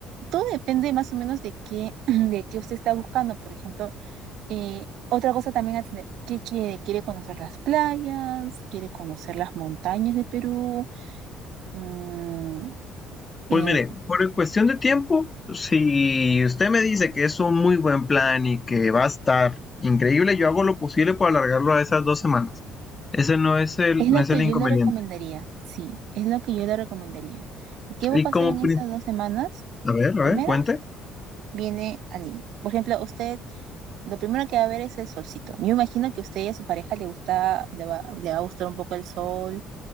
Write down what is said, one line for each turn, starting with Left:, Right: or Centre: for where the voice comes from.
Right: todo depende más o menos de qué, <clears throat> de qué usted está buscando. Por ejemplo, eh, otra cosa también a tener, ¿qué quiere? ¿Quiere conocer las playas? ¿Quiere conocer las montañas de Perú? Mm, eh,
Left: Pues mire, por cuestión de tiempo, si usted me dice que es un muy buen plan y que va a estar increíble, yo hago lo posible por alargarlo a esas dos semanas. Ese no es el,
Right: es
Left: no
Right: lo
Left: es
Right: que
Left: el
Right: yo
Left: inconveniente.
Right: le recomendaría, sí, es lo que yo le recomendaría. ¿Y qué va
Left: Y
Right: a pasar
Left: como,
Right: en
Left: pri-
Right: esas dos semanas?
Left: a ver,
Right: Primero,
Left: a ver, cuente.
Right: viene a Lima. Por ejemplo, usted, lo primero que va a ver es el solcito. Yo imagino que a usted y a su pareja le gusta, le va, le va a gustar un poco el sol